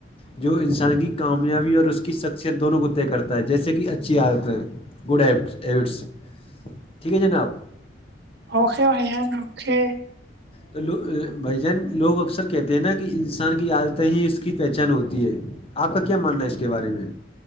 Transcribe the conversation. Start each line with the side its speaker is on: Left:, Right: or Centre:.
Left: جو انسان کی کامیابی اور اس کی شخصیت دونوں کو طے کرتا ہے جیسے کہ اچھی عادتیں گڈ ای ایٹس ٹھیک ہے جناب
Right: اوکے بھائیان اوکے
Left: تو لو بھائی جان لوگ اکثر کہتے ہیں نا کہ انسان کی عادتیں ہی اس کی پہچان ہوتی ہے آپ کا کیا ماننا ہے اس کے بارے میں